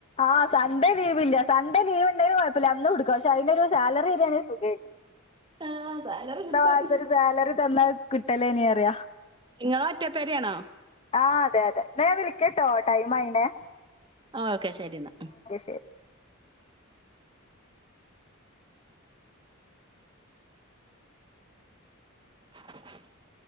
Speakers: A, on the left (about 30°); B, on the right (about 20°).
A: ആഹ് സൺഡേ ലീവില്യ. സൺഡേ ലീവ്ണ്ടെയ്ലും കൊയപല്ല്യ, അന്നൂട്ക്ക ഷെ അയ്നൊരു സാലറിരാണേ സുഖേനി.
B: ആഹ് സാലറി
A: ഇത്രമാസൊരു
B: കിട്ടും
A: സാലറി തന്നാ കിട്ടലേനീറ്യ
B: ഇങ്ങള് ഒറ്റപ്പെരയാണോ
A: ആഹ്, അതെ അതെ ന്നാ ഞാൻ വിളിയ്ക്കട്ടോ ടൈമായിണെ.
B: ആഹ് ഓക്കെ ശെരിന്നാ.
A: ശരി
B: <unintelligible>